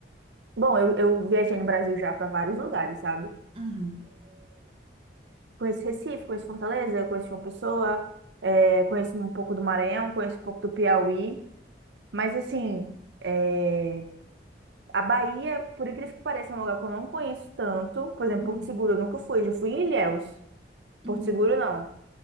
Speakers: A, on the right; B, on the right.
A: Bom, eu, eu viajei no Brasil já pra vários lugares, sabe?
B: Uhum,
A: Conheço Recife, conheço Fortaleza, conheço João Pessoa, eh, conheço um pouco do Maranhão, conheço um pouco do Piauí. Mas assim, é A Bahia, por incrível que pareça, é um lugar que eu não conheço tanto. Por exemplo,
B: uhum,
A: Porto Seguro eu nunca fui, já fui em Ilhéus. Porto
B: uhum.
A: Seguro não.